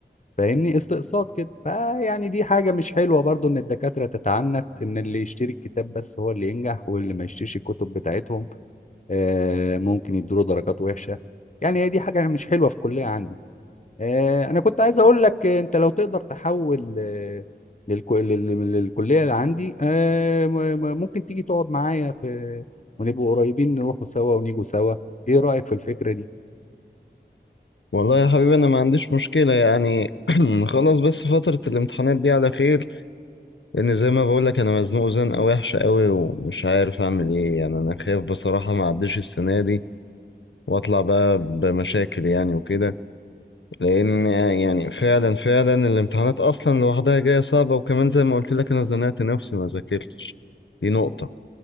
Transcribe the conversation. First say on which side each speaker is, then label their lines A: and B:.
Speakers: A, on the left (about 40°); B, on the left (about 85°).
A: فاهمني استقصاد كده فيعني دي حاجة مش حلوة برضو ان الدكاترة تتعنت ان اللي يشتري الكتاب بس هو اللي ينجح واللي ما يشتريش الكتب بتاعتهم آه، ممكن يدوله درجات وحشة يعني هي دي حاجة مش حلوة في الكلية عندي آه، انا كنت عايز اقول لك آه، انت لو تقدر تحول آه، للك- لل- للكلية اللي عندي آه، م- م- ممكن تيجي تقعد معايا في ونبقوا قريبين نروحوا سوا ونيجوا سوا ايه رأيك في الفكرة دي
B: والله يا حبيبي انا ما عنديش مشكلة يعني <clears throat> خلاص بس فترة الامتحانات دي على خير لان زي ما بقول لك انا مزنوق زنقة وحشة قوي ومش عارف اعمل ايه يعني انا خايف بصراحة ما اعديش السنة دي واطلع بقى بمشاكل يعني وكده لان يعني فعلا فعلا الامتحانات اصلا لوحدها جايه صعبه وكمان زي ما قلت لك انا زنقت نفسي ما ذاكرتش دي نقطه